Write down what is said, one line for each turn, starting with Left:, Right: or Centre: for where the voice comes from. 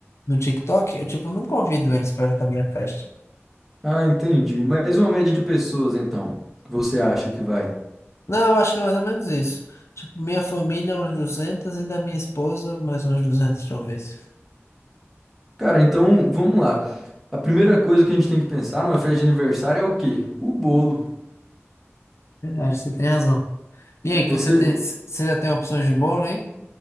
Left: no TikTok, eu, tipo, não convido eles pra vir pra minha festa.
Centre: Ah, entendi. Mas uma média de pessoas, então, que você acha que vai?
Left: Não, eu acho que é mais ou menos isso. Tipo, minha família, é uns 200, e da minha esposa, mais uns 200, talvez.
Centre: Cara, então, vamos lá. A primeira coisa que a gente tem que pensar numa festa de aniversário é o quê? O bolo.
Left: Verdade, você tem razão. E aí, que
Centre: Você.
Left: você tem,
Centre: vo-
Left: você já tem opções de bolo hein?